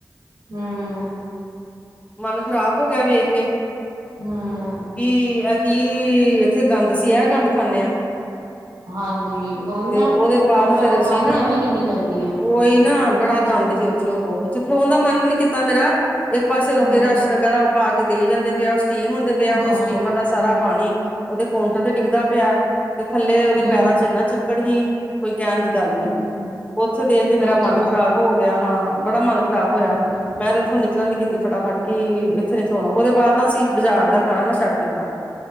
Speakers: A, on the right; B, on the left.
A: ਹਮ,
B: ਮਨ ਖ਼ਰਾਬ, ਹੋ ਗਿਆ ਵੇਖ ਕੇ
A: ਹਾਂ,
B: ਕੀ ਕੀ ਇਥੇ ਗੰਦ ਸੀ, ਇਥੇ ਗੰਦ ਖਾਂਦੇ ਹਾਂ।
A: ਹਾਂਜੀ ਉਹੀ
B: ਤੇ,
A: ਨਾ
B: ਉਹਦੇ ਬਾਅਦ
A: ਔਰ ਨਾਲ
B: ਫੇਰ,
A: ਬਿਮਾਰੀਆਂ
B: ਅਸੀਂ ਨਾ
A: ਵੀ ਕਿੰਨੀ ਲੱਗਦੀਆਂ
B: ਉਹੀ ਨਾ ਬੜਾ। ਜਾਂਦੇ ਸੀ। ਉੱਥੇ ਉਹ ਉੱਥੇ ਖਲੋਣ ਦਾ ਮਨ ਨੀ ਕੀਤਾ, ਮੇਰਾ ਇੱਕ ਪਾਸੇ
A: ਹੂੰ
B: ਲੋਕ ਰਸ਼ ਲੱਗਾ ਦਾ। ਪਾ ਕੇ ਦੇਈ ਜਾਂਦੇ ਪਏ, ਉਹ ਸਟੀਮ ਹੁੰਦੇ ਪਿਆ,
A: ਹੂੰ
B: ਉਹ ਸਟੀਮਰ ਦਾ ਸਾਰਾ।
A: ਹੂੰ
B: ਪਾਣੀ ਉਹਦੇ ਕਾਂਟਰ ਤੇ ਡਿੱਗਦਾ ਪਿਆ ਤੇ ਥੱਲੇ, ਉਹਦੇ
A: ਹੂੰ
B: ਪੈਰਾਂ ਚ ਇੰਨਾ ਚਿੱਕੜ ਹੀ ਕੋਈ ਕਹਿਣ ਦੀ। ਗੱਲ ਨ
A: ਹੂੰ,
B: ਉੱਥੇ ਦੇਖ ਕੇ ਮੇਰਾ
A: ਅੱਛਾ
B: ਮਨ
A: ਅੱਛਾ
B: ਖ਼ਰਾਬ ਹੋ ਗਿਆ। ਹਾਂ ਬੜਾ ਮਨ ਖ਼ਰਾਬ ਹੋਇਆ,
A: ਹੂੰ
B: ਮੈਂ ਤੇ ਉਥੋਂ ਨਿਕਲਣ ਦੀ ਕੀਤੀ ਫਟਾਫਟ ਕਿ ਇੱਥੋਂ ਨ ਖਲਣਾ ਉਹਦੇ ਬਾਅਦ ਨਾ ਅਸੀਂ ਬਾਜ਼ਾਰ ਦਾ ਖਾਣਾ ਨਾ ਛੱਡ ਦਿੱ ਕੀਤਾ।